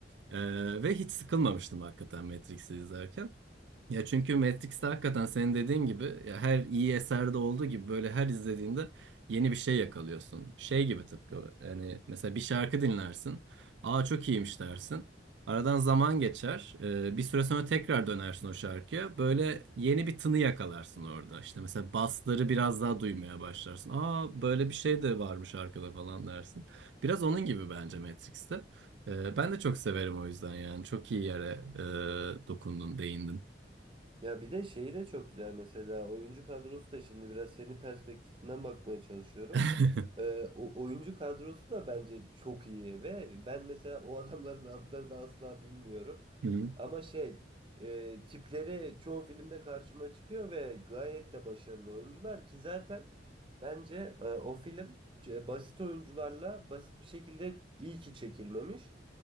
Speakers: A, on the right (about 75°); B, on the right (about 30°).
A: Ee, ve hiç sıkılmamıştım hakikaten Matrix'i izlerken. Ya çünkü Matrix'te hakikaten senin dediğin gibi ya her iyi eserde olduğu gibi böyle her izlediğinde yeni bir şey yakalıyorsun. Şey gibi tıpkı yani mesela bir şarkı dinlersin. Aa çok iyiymiş dersin. Aradan zaman geçer. Ee, bir süre sonra tekrar dönersin o şarkıya. Böyle yeni bir tını yakalarsın orada. İşte mesela basları biraz daha duymaya başlarsın. Aa böyle bir şey de varmış arkada falan dersin. Biraz onun gibi bence Matrix'te. Ee, ben de çok severim o yüzden yani. Çok iyi yere e, dokundun, değindin.
B: Ya bir de şeyi de çok güzel mesela oyuncu kadrosu da şimdi biraz senin perspektifinden bakmaya çalışıyorum.
A: <laughs>
B: Ee, o oyuncu kadrosu da bence çok iyi ve ben mesela o adamların adlarını asla bilmiyorum.
A: Hı hı,
B: Ama şey e, tipleri çoğu filmde karşıma çıkıyor ve gayet de başarılı oyuncular ki zaten bence e, o film e, basit oyuncularla basit bir şekilde iyi ki çekilmemiş.